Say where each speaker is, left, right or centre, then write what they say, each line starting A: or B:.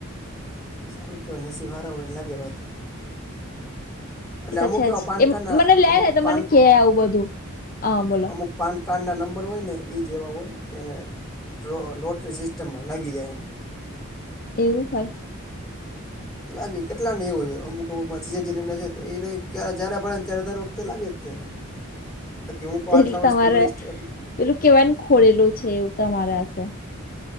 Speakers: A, in the centre; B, on the left.
A: સારું કેવાય. નસીબ હારા હોય એને લાગે ભાઈ. એટલે
B: એ તો
A: અમુક
B: છે
A: એવા
B: જ.
A: પાન
B: એ
A: કાર્ડ ના
B: મને લેહે
A: અમુક
B: એ તો
A: પાન
B: મને કેહે આવું બધું. હ બોલો.
A: અમુક પાન કાર્ડ ના નંબર હોય ને એ જેવા હોય તેને ડ્રો લોટરી સિસ્ટમમાં લાગી જાય એમ.
B: એવું હોય.
A: લાગે કેટલા ને એવું જ હોય. અમુક- અમુકમાં <unintelligible> ક્યારે જયારે પડે ત્યારે દર વખતે લાગે જ છે. બાકી હું કો આટલા
B: એટલે તમારે
A: વર્ષથી <unintelligible>
B: પેલું કેવાયને ખોળેલું છે એવું તમારે હશે.